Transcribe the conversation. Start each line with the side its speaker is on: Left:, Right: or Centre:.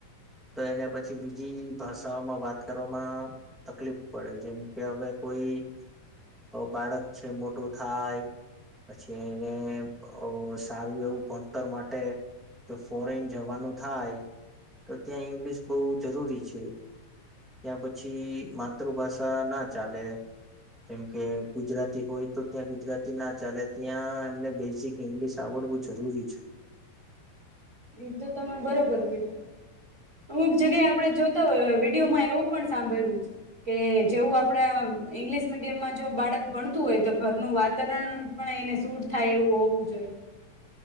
Centre: તો એને પછી બીજી ભાષાઓમાં વાત કરવામાં તકલીફ પડે, જેમ કે હવે અહ કોઈ બાળક છે મોટ ટો થાય, પછી એને અહ સારું એવું ભણતર માટે જો ફોરેન જવાનું થાય તો ત્યાં ઈંગ્લિશ બહુ જરૂરી છે. ત્યાં પછી માતૃભાષા ના ચાલે જેમ કે ગુજરાતી હોય તો ત્યાં ગુજરાતી ના ચાલે ત્યાં એમને બેઝિક ઇંગ્લિશ આવડવું જરૂરી છે.
Right: એ તો તમે બરોબર કીધું. અમુક જગ્યાએ આપણે જોતા હોય હવે વિડીયોમાં એવું પણ સાંભળ્યું કે જેવું આપડા ઈંગ્લિશ મીડિયમમાં જો બાળક ભણતું હોય તો ઘરનું વાતારણ પણ એને સૂટ થાય એવું હોવું જોઈએ.